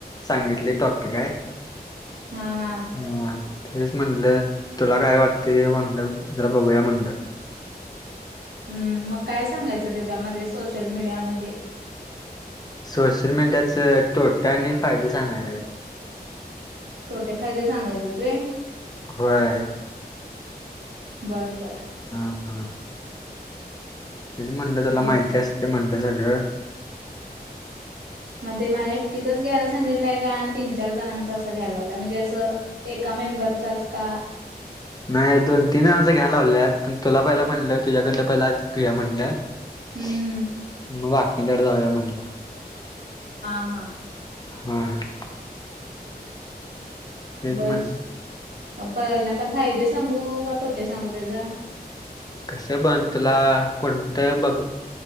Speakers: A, on the left; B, on the right.
A: सांगितलय टॉपिक
B: हा.. हा..
A: ह्.. तेच म्हणलं तुला काय वाटतय म्हणलं, जरा बघूया म्हणलं.
B: हम्म.. मग काय सांगायचं त्याच्यामध्ये सोशल मीडिया मध्ये
A: सोशल मीडियाच तोटे आणि फायदे सांगायचंय.
B: तोटे -फायदे सांगायच तोय.
A: होय.
B: बरं बर.
A: हा हा. तेच म्हणलं तुला
B: मग
A: माहिती असते म्हणलं सगळं.
B: मग ते मला एकटीचच घ्यायला सांगितलंय का तीन चार जणांच असं घ्यायला लावलंय म्हणजे असं. एका मेम्बरचाच का.
A: नाही दोन तीन जनाच घ्यायला लावल्यात आहेत पण पहिला तुझ्याकडं पहिला घेऊया म्हटलं. ह.
B: हं हं.
A: मग बाकींच्या कडे जाऊया म्हटलं
B: हा हा.
A: हा हं. तेच
B: बस
A: म्हणलं
B: पहिल्यांदा फायदे सांगू का तोटे सांगू त्याच?
A: कस पण तुला कोणतं बघ